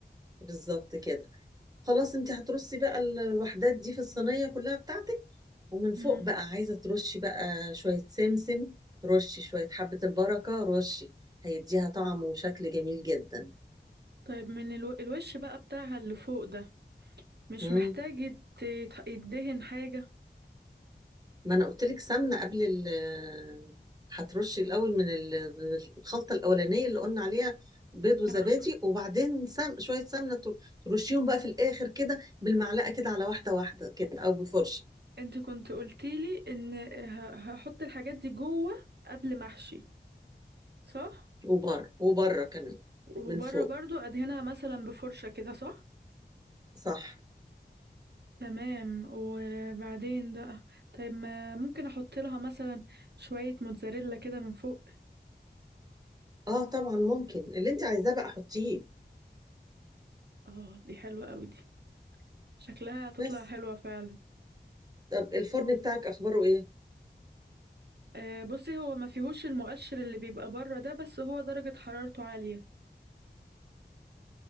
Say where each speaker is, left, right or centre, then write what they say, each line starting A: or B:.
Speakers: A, on the right; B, on the right.
A: بالظبط كده خلاص انت هترصي بقى الوحدات دي في الصينية كلها بتاعتك ومن فوق
B: امم
A: بقى عايزة ترشي بقى شوية سمسم رشي شوية حبة البركة رشي هيديها طعم وشكل جميل جدا
B: طيب من الو... الوش بقى بتاعها اللي فوق ده مش
A: مم.
B: محتاج يت- يت- يدهن حاجة
A: ما انا قلت لك سمنه قبل ال هترشي الاول من ال- من الخلطه الاولانيه اللي قلنا عليها بيض وزبادي
B: هر-
A: وبعدين سم... شويه سمنه تر- ترشيهم بقى في الاخر كده بالمعلقه كده على واحده واحده كده او بفرشه
B: انت كنت قلتيلي ان ه- هحط الحاجات دي جوه قبل ما احشي صح
A: وبره وبره كمان
B: وبره
A: من فوق
B: برضو ادهنها مثلا بفرشة كده صح
A: صح
B: تمام وبعدين بقى طيب ما ممكن احط لها مثلا شوية موتزاريلا كده من فوق
A: اه طبعا ممكن اللي انت عايزاه بقى حطيه
B: اه دي حلوة قوي دي شكلها هتطلع
A: بس
B: حلوة فعلا
A: طب الفرن بتاعك اخباره ايه
B: آه بصي هو ما فيهوش المؤشر اللي بيبقى بره ده بس هو درجة حرارته عالية